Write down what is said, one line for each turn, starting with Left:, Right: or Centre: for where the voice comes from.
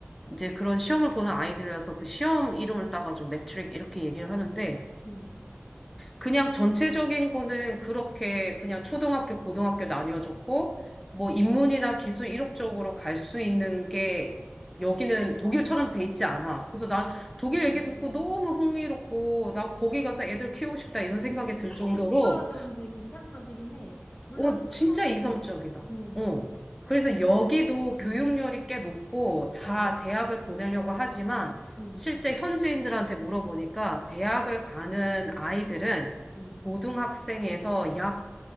Centre: 이제 그런 시험을 보는 아이들이라서 그 시험 이름을 따가지고 매트릭 이렇게 얘기를 하는데,
Left: 음.
Centre: 그냥 전체적인 거는 그렇게 그냥 초등학교, 고등학교 나뉘어졌고, 뭐 인문이나 기술 이력적으로 갈 수 있는 게 여기는 독일처럼 돼 있지 않아. 그래서 난 독일
Left: 음,
Centre: 얘기 듣고 너무 흥미롭고, 난 거기 가서 애들 키우고 싶다 이런 생각이 들 정도로
Left: 그치, 이거 들으면 되게 이상적이긴 해. 물론
Centre: 어, 진짜
Left: 조금,
Centre: 이성적이다.
Left: 음,
Centre: 어. 그래서 여기도
Left: 다른, 음,
Centre: 교육열이 꽤 높고 다
Left: 어,
Centre: 대학을 보내려고 하지만
Left: 음,
Centre: 실제 현지인들한테 물어보니까 대학을
Left: 음,
Centre: 가는 아이들은
Left: 음.
Centre: 고등학생에서 약